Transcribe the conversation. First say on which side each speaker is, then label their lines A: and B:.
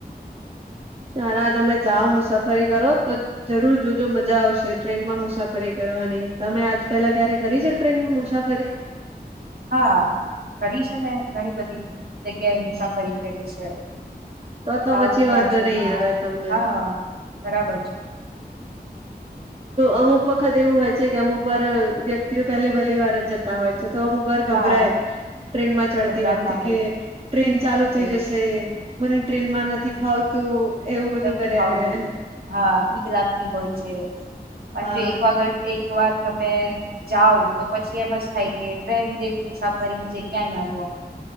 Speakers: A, on the right; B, on the right.
A: તારા તમે જાઓ મુસાફરી કરો તો જરૂર જોજો મજા આવશે ટ્રેનમાં મુસાફરી કરવાની તમે આજ પહેલા ક્યારે કરી છે? ટ્રેનમા મુસાફરી?
B: હા કરી છે ને ઘણી બધી જગ્યાએ મુસાફરી કરી છે.
A: તો તો
B: સાઉથ
A: પછી
B: બાજુમાં
A: વાંધો નહી આવે તમને
B: હા બરાબર છે.
A: અમુક વખત એવું હોય છે કે અમુક વાર વ્યક્તિઓ પહેલી પહેલી વાર જતા હોય છે તો અમુક એક વાર ગભરાય
B: હા
A: ટ્રેનમાં ચડતી
B: ગભરાતા
A: વખતે
B: હોય
A: કે ટ્રેન ચાલુ
B: છે
A: થઈ
B: એ
A: જશે. મને ટ્રેન માં નથી ફાવતું એવું બધું
B: નથી
A: કર્યા
B: ફાવતું
A: કરે
B: હા બીક હોય છે, પણ
A: હા
B: જો એક વાગર એક વાર તમે જાઉ તો પછી એમ જ થાય કે ટ્રેન જેવી મુસાફરી બીજેે ક્યાંય ના જોવા